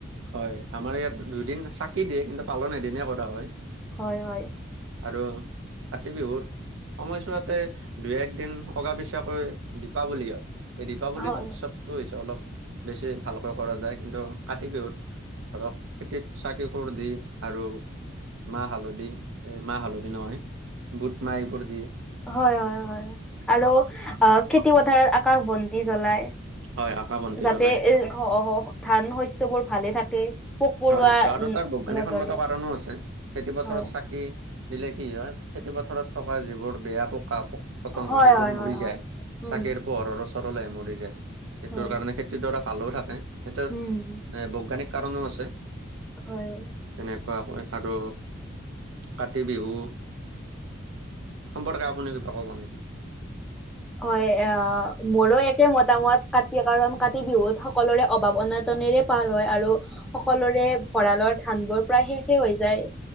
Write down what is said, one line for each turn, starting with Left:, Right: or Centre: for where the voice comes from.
Right: হয় আমাৰ ইয়াত দুদিন চাকি দিয়ে কিন্তু পালন এদিনে কৰা হয়।
Centre: হয় হয়।
Right: আৰু কাতি বিহুৰ সময়ছাতে দুই এক দিন অগা পিচাকৈ দীপাৱলী এই দীপাৱলীটোত
Centre: হয়।
Right: টো হৈছে অলপ বেছি ভালকৈ কৰা যায় কিন্তু কাতি বিহুত ধৰক খেতিত চাকি খোৰ দি আৰু মাহ হালধি এই মাহ হালধি নহয় বুট মাহ এইবোৰ দিয়ে।
Centre: হয় হয় হয় আৰু খেতি পথাৰত আকাশ বন্তি জ্বলাই।
Right: হয় আকাশ বন্তি
Centre: যাতে
Right: জ্বলাই
Centre: এ ধান শস্য়বোৰ ভালে থাকে। পোক পৰুৱা
Right: হয় নিশ্চয় আৰু
Centre: উম
Right: তাৰ বৈজ্ঞানিকসন্মত
Centre: নধৰে
Right: কাৰণো আছে খেতি পথাৰত
Centre: হয়
Right: চাকি দিলে কি হয় খেতি পথাৰত থকা যিবোৰ বেয়া পোককা প পতংগ
Centre: হয়
Right: সেইবোৰ
Centre: হয়
Right: মৰি
Centre: হয় হয়
Right: যায়
Centre: উম
Right: চাকে পোহৰৰ ম যায় সেইটোৰ
Centre: হয়
Right: কাৰণে খেতিৰডৰা ভালও থাকে সেইটোৰ
Centre: উম
Right: এ বৈজ্ঞানিক কাৰণো আছে।
Centre: হয়।
Right: তেনেকুৱা হয় আৰু কাতি বিহু সম্পৰ্কে আপুনি কিবা ক'ব নেকি?
Centre: হয় আহ মোৰ একে মতামত কাতি কাৰণ
Right: অ
Centre: কাতি বিহুত সকলৰে অভাৱ অনাটনেৰে পাৰ হয় আৰু সকলোৰে ভঁৰালৰ ধান বোৰ প্ৰায় শেষে হৈ যায়।